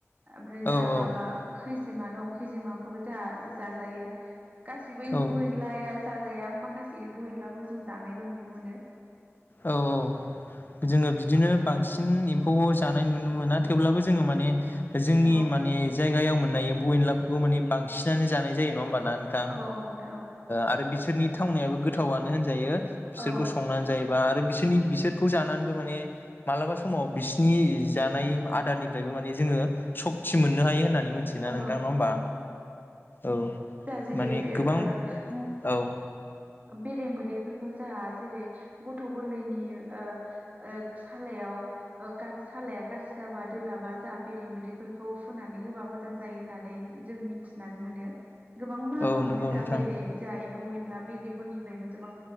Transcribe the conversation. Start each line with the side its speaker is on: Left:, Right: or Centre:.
Right: ओमफ्राय जाहा
Left: औ
Right: माबा
Left: औ
Right: खैजिमा दं खैजिमाखौबो जाहा जाजायो। गासिबो एम्फौ
Left: औ
Right: एनलाया जाजाया माखासे एम्फौ एनलाखौ जों जानायखौ नुनो मोनो।
Left: औ औ जोङो बिदिनो बांसिन एम्फौ जानाय नुनों मोना थेवब्लाबो जों माने जोंनि
Right: औ
Left: माने जायगायाव मोननाय एम्फै एनलाफोरखौ माने बांसिनानो जानाय जायो नंङा होनबा ना नोंथां?
Right: औ नोंथां औ
Left: आरो बि सोरनि थावनायाबो गोथावानो होनजायो बिसोरखौ
Right: औ
Left: संनानै जायो बा आरो बिसिनि बिसोरखौ जानानैबो माने मालाबा समाव बिसिनि जानाय आदारनिफ्रायबो माने जोङो सकति मोननो हायो होननानै मिथियोना
Right: औ
Left: नोंथां नाङा होमबा? औ।
Right: दा जेरै
Left: माने
Right: बे
Left: गोबां
Right: ओ मो
Left: औ
Right: बेरे मोदैफोर खौ जाहा जेरै गथ' गोरलैनि ओ ओ सालायाव गार सालाया गाज्रि जाबा दोलाबा जोंहा बेरे मोदैफोरखौ फुननानै होबा मो जां जायो होननानै जों मिथिनानै मोनो गोबां मुलाम्फा
Left: औ नंगौ
Right: मोनो जोहा
Left: नोंथां
Right: बेरे जाहा एम्फौ फौ एनला बेरेफोरनिफ्रायबो जोबां